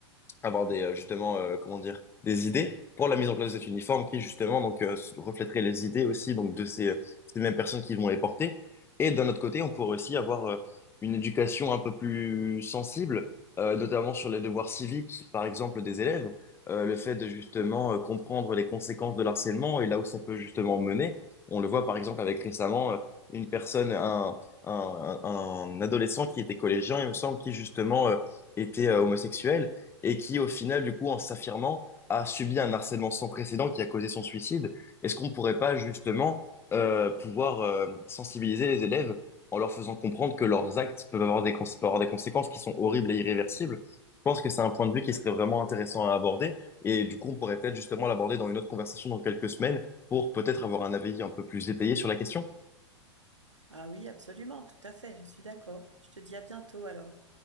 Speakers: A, on the left (about 15°); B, on the right (about 80°).
A: avoir des, euh, justement, euh, comment dire, des idées pour la mise en place de cet uniforme qui, justement, donc, euh, reflèterait les idées aussi, donc, de ces, euh, ces mêmes personnes qui vont les porter. Et d'un autre côté, on pourrait aussi avoir euh, une éducation un peu plus sensible, euh, notamment sur les devoirs civiques, par exemple, des élèves, euh, le fait de, justement, euh, comprendre les conséquences de l'harcèlement et là où ça peut, justement, mener. On le voit, par exemple, avec récemment, euh, une personne, un, un, un un adolescent qui était collégien, il me semble, qui, justement, euh, était euh, homosexuel et qui, au final, du coup, en s'affirmant, a subi un harcèlement sans précédent qui a causé son suicide. Est-ce qu'on pourrait pas justement euh, pouvoir euh, sensibiliser les élèves en leur faisant comprendre que leurs actes peuvent avoir des, cons- peuvent avoir des conséquences qui sont horribles et irréversibles? Je pense que c'est un point de vue qui serait vraiment intéressant à aborder et du coup, on pourrait peut-être justement l'aborder dans une autre conversation dans quelques semaines pour peut-être avoir un avis un peu plus détaillé sur la question.
B: Ah oui, absolument, tout à fait, je suis d'accord. Je te dis à bientôt alors.